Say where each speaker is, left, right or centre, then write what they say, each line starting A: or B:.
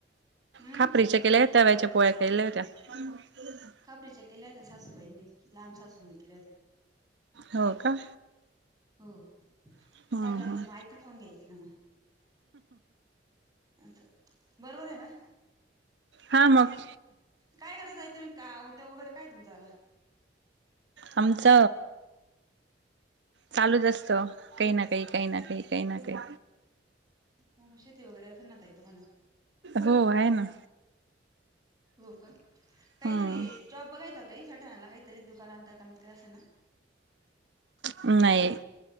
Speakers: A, on the right; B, on the right.
A: हम्
B: खापरीच्या केल्या अ तव्याच्या पोळ्या केल्या होत्या. <unintelligible>
A: खापरीच्या केल्या होत्या सासूबाईंनी, लहान सासूंनी केल्या होत्या.
B: हो का
A: हो, काय
B: हम्म
A: करायचं
B: हम्म
A: मग आयत खाऊन घ्यायचं ना म. हा का, बरोबर आहे ना.
B: हा मग
A: काय करता ताई तुम्ही का, उद्योग वगैरे काय तुमचा वाला?
B: आमच चालूच असत काही ना काही, काही ना काही, काही ना काही.
A: हो म शेती वगैरे असेल ना ताई तुम्हाला?
B: हो आहे ना.
A: हो का. काहीतरी
B: हम्म
A: जॉब बघायचा ओ ताई, सटाण्याला काहीतरी दुकानात दकानात काय असं ना.
B: नाही.